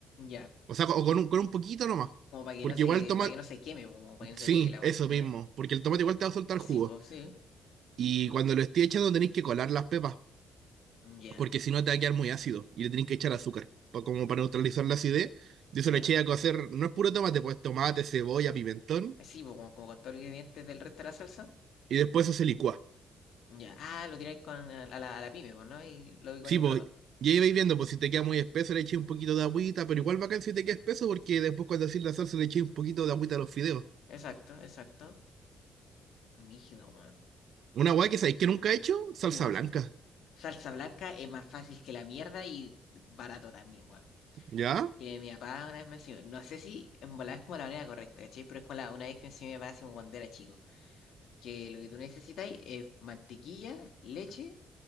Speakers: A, on the left (about 75°); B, on the right (about 65°).
A: ya.
B: O sea, o con un, con un poquito nomás.
A: Como para que
B: Porque
A: no se,
B: igual el tomate.
A: para que no se queme, como para que no se
B: Sí,
A: pegue la agua,
B: eso
A: ¿ya?
B: mismo. Porque el tomate igual te va a soltar
A: Sí,
B: jugo.
A: pues, sí.
B: Y cuando lo esté echando tenéis que colar las pepas,
A: Ya,
B: porque si no te va a quedar muy ácido y le tenéis que echar azúcar, pa- como para neutralizar la acidez. Yo
A: ya.
B: eso le eché a cocer, no es puro tomate, pues tomate, cebolla, pimentón,
A: Sí, pues, como, como con todos los ingredientes del resto de la salsa.
B: y después eso se licúa.
A: Ya. Ah, lo tiráis con, a, a la, a la pyme, pues, ¿no? Y lo digo
B: Sí,
A: ahí un
B: pues,
A: rato.
B: y ahí vais viendo, pues si te queda muy espeso le eché un poquito de agüita, pero igual bacán si te queda espeso, porque después cuando hacís la salsa le eché un poquito de agüita a los fideos.
A: Exacto, exacto. Rígido, weón.
B: Una guay que sabéis que nunca he hecho, salsa
A: ¿Qué cosa?
B: blanca.
A: Salsa blanca es más fácil que la mierda y barato también, weón.
B: ¿Ya?
A: Que mi papá una vez me enseñó, no sé si en volada es como la manera correcta, ¿cachai? Pero es como la, una vez que me enseñó mi papá, así como cuando era chico, que lo que tú necesitas es mantequilla, leche